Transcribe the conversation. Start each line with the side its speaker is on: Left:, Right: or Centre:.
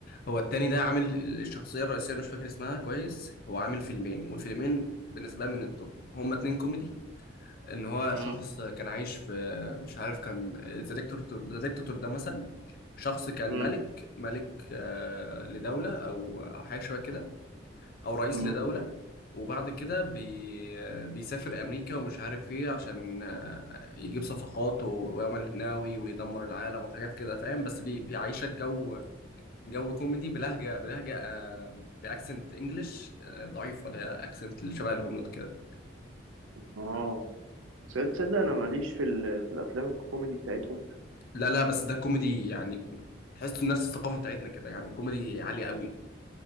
Left: هو التاني ده عامل الشخصيه الرئيسيه مش فاكر اسمها كويس هو عامل فيلمين والفيلمين بالنسبه لي من التوب هما اتنين كوميدي ان هو شخص
Right: امم
Left: كان عايش في مش عارف كان ذا ديكتاتور ذا ديكتاتور ده مثلا شخص كان
Right: امم
Left: ملك ملك آه، لدولة أو أو حاجة شبه كده أو رئيس
Right: امم
Left: لدولة وبعد كده بي بيسافر أمريكا ومش عارف إيه عشان آه، يجيب صفقات و- ويعمل هناوي ويدمر العالم وحاجات كده فاهم بس بي بيعيشك جو جو كوميدي بلهجة بلهجة آه، بأكسنت إنجلش آه، ضعيف ولا أكسنت اللي شبه الهنود كده
Right: اه تصدق تصدق انا ماليش في, ال- في الافلام الكوميدي بتاعتهم
Left: لا لا بس ده كوميدي يعني تحسه نفس الثقافة بتاعتنا كده يعني كوميدي عالي قوي